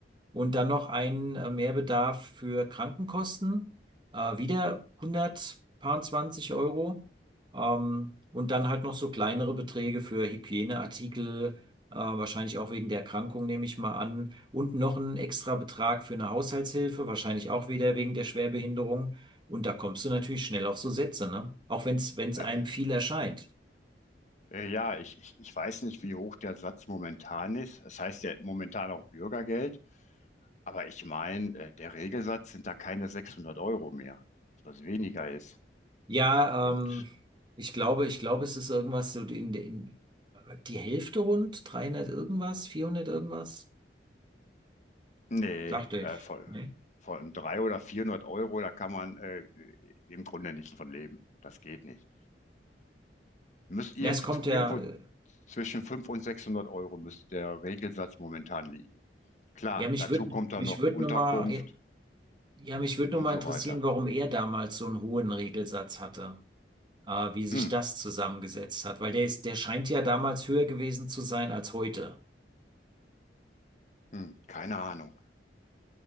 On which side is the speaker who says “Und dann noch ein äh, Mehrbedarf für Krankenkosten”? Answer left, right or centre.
Right